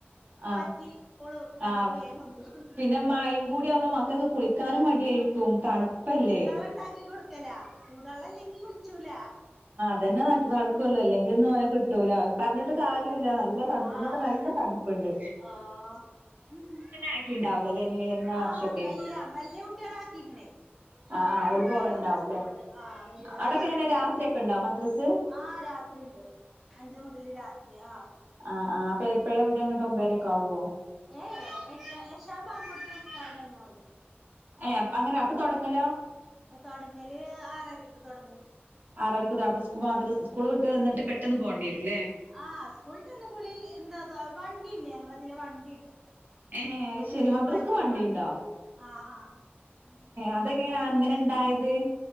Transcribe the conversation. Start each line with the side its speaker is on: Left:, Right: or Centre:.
Right: ആഹ്
Centre: ച്ചി ഓള് വണ്ടിക്ക്
Right: ആവ്
Centre: വേഗം കൊണ്ടോവും
Right: പിന്നെ മഴിം കൂടി ആവുമ്പോ മക്ക് ക്കക്ക് കുളിക്കാനും മടിയായിരിക്കും തണ്പ്പല്ലേ
Centre: ഇണ്ടാക്കി കൊട്ക്കലാ ചൂടള്ളല്ലെങ്കി കുളിച്ചൂല
Right: ഇതന്നെ നൻച്ച് നടക്കൊള്ളൂ അല്ലെങ്കി ഒന്നും ഓലെ കിട്ടൂല പറഞ്ഞിട്ട്
Centre: കിട്ടൂല
Right: കാര്യോല്ല നല്ല തണുപ്പ്
Centre: ആ
Right: ഇന്നൊക്ക നല്ല തണ് പ്പ്ണ്ട്
Centre: ആഹ് ഉം
Right: ആക്കിണ്ടാവൂലല്ലേ
Centre: ഹും
Right: ഇനി വരുന്ന വർഷൊക്കേക്കും
Centre: ആണത് അല്ല വല്ല്യെ കുട്ട്യാളെ ആക്കീക്ക്ണെയ്
Right: ആഹ് ആഹ്
Centre: വല്ല്യ
Right: ഓല്
Centre: കുട്ട്യാള്
Right: പോവേണ്ടാവുംല്ലേ
Centre: മദ്രസക്ക് പോവ്ണ്ട് ആഹ് വല്ല്യോള്
Right: അവിടൊക്കെ
Centre: അഞ്ചിലാണ്
Right: എങ്ങനെ രാത്രിയൊക്കെണ്ടോ മദ്രസ്?
Centre: ആഹ് രാത്രി ഇണ്ട്. അഞ്ച് മുതല് രാത്രി ആഹ്.
Right: അ ആഹ് അപ്പ എപ്പഴ വിട്കാ ഇങ്ങട്ട് ഒമ്പരെക്കെ ആവ്വോ?
Centre: <unintelligible>
Right: ഏ അങ്ങനെ അപ്പൊ തൊടങ്ങലോ?
Centre: അത് തൊടങ്ങല് ആറരക്ക് തൊടങ്ങും
Right: ആറരക്ക് <unintelligible> മദ്രസസ്കൂള് വിട് ഇവ്ടെ വന്നിട്ട് പെട്ടന്ന് പോകണ്ടി വരുല്ലേ.
Centre: ആ സ്കൂളിന്ന കൂളി എന്താ വണ്ടിണ്ട് ഞങ്ങടെ അതില് വണ്ടിണ്ട്.
Right: ഏ
Centre: മദ്രസ്ക്ക്
Right: ശരി മദ്രസക്ക്
Centre: വണ്ടിണ്ട്
Right: വണ്ടിയുണ്ടോ?
Centre: ആഹ് ആഹ്
Right: അതെങ്ങനാണ്
Centre: അത് പിന്നെ
Right: അങ്ങനെ ഉണ്ടായത്